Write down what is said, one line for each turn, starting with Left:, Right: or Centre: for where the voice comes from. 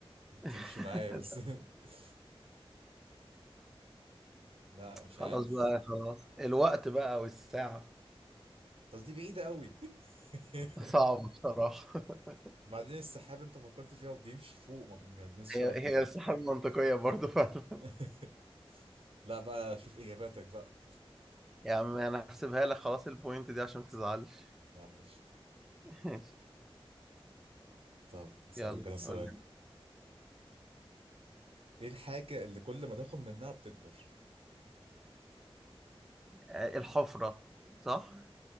Right: بتمشي
Centre: <laughs>
Right: معايا بس <laughs> لا مش
Centre: خلاص
Right: عارف
Centre: بقى، خلاص الوقت بقى والساعة
Right: بس دي بعيدة قوي <laughs>
Centre: صعب بصراحة <laughs>
Right: بعدين السحاب انت فكرت فيها وبيمشي فوق ما بي- ما بيلمسش
Centre: هي
Right: الارض
Centre: هي الساعة منطقية برضه فعلًا
Right: <laughs> لا بقى شوف اجاباتك بقى
Centre: <laughs> يا عم أنا هاحسبها لك خلاص الpoint دي عشان ما تزعلش
Right: يا عم ماشي
Centre: <laughs> ماشي،
Right: طب اسألك
Centre: يالّا
Right: انا سؤال
Centre: قُل لي
Right: ايه الحاجة اللي كل ما تاخد منها بتكبر
Centre: آآ، الحفرة صح؟